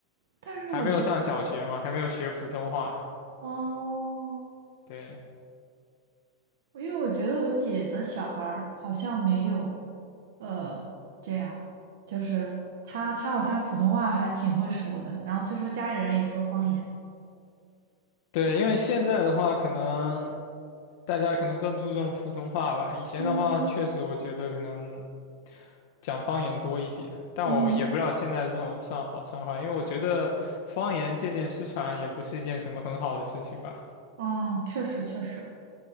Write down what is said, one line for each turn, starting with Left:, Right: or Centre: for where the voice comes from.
Right: 但是我觉得，
Left: 还没有上小学嘛，还没有学普通话。
Right: 哦。
Left: 对
Right: 因为我觉得我姐的小孩儿好像没有，呃，这样，就是她她好像普通话还挺会说的，然后虽说家里人也说方言。
Left: 对，因为现在的话，可能大家可能更注重普通话吧。以前的话，
Right: 嗯
Left: 确实我觉得可能讲方言多一点，但我也不知道现在这种算好算坏，
Right: 嗯
Left: 因为我觉得方言渐渐失传也不是一件什么很好的事情吧。
Right: 嗯，确实确实。